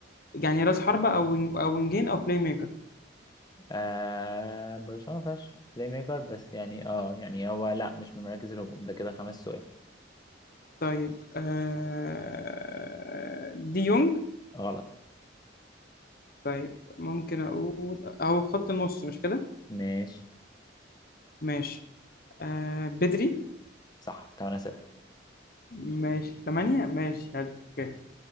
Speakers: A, on the left (about 50°); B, on the left (about 20°).
A: يعني راس حربة أو وينج أو وينجين أو بلاي ميكر
B: آه برشلونه ما فيهاش بلاي ميكر بس يعني اه يعني هو لا مش من مراكز الهجوم ده كده خمس سؤال
A: طيب آه... دي يونج
B: غلط
A: طيب ممكن أقول هو في خط النص مش كده
B: ماشي
A: ماشي آه... بدري
B: صح تمن أسئلة
A: ماشي ثمانية ماشي حلو أوكي